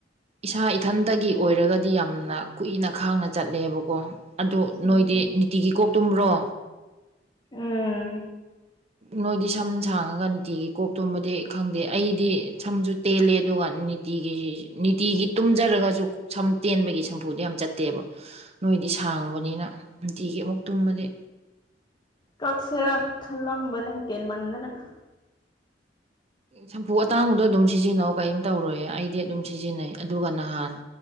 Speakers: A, on the right (about 35°); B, on the left (about 25°).
A: ꯏꯁꯥ ꯏꯊꯟꯇꯒꯤ ꯑꯣꯏꯔꯒꯗꯤ ꯌꯥꯝꯅ ꯀꯨꯏꯅ ꯈꯥꯡꯅ ꯆꯠꯂꯦꯕꯀꯣ ꯑꯗꯨꯗ
B: ꯎꯝ
A: ꯅꯣꯏꯗꯤ ꯅꯨꯡꯇꯤꯒꯤ ꯀꯣꯛ ꯇꯨꯝꯕ꯭ꯔꯣ
B: ꯎꯝ
A: ꯅꯣꯏꯗꯤ ꯁꯝ ꯁꯥꯡꯉꯒ ꯅꯤꯇꯤꯒꯤ ꯀꯣꯛꯇꯨꯝꯕꯗꯤ ꯈꯪꯗꯦ ꯑꯩꯗꯤ ꯁꯝꯁꯨ ꯇꯦꯜꯂꯦ ꯑꯗꯨꯒ ꯅꯨꯡꯇꯤꯒꯤ ꯅꯤꯇꯤꯒꯤ ꯇꯨꯝꯖꯔꯒꯁꯨ ꯁꯝ ꯇꯦꯟꯕꯒꯤ ꯁꯝꯄꯨꯗꯣ ꯌꯥꯝ ꯆꯠꯇꯦꯕ ꯑꯩꯈꯣꯏꯗꯤ ꯁꯥꯡꯕꯅꯤꯅ ꯅꯨꯡꯇꯤꯒꯤ ꯑꯃꯨꯛ ꯇꯨꯝꯕꯗꯤ
B: ꯀꯁꯔ ꯈꯜꯂꯝꯝꯝꯕꯅꯤ ꯀꯦꯟꯃꯟꯗꯅꯥ
A: ꯁꯝꯄꯨ ꯑꯇꯥꯡꯕꯗꯣ ꯑꯗꯨꯝ ꯁꯤꯖꯤꯟꯅꯧ ꯀꯔꯤꯝ ꯇꯧꯔꯣꯏꯌꯦ ꯑꯩꯗꯤ ꯑꯗꯨꯝ ꯁꯤꯖꯤꯟꯅꯩ ꯑꯗꯨꯒ ꯅꯍꯥꯟ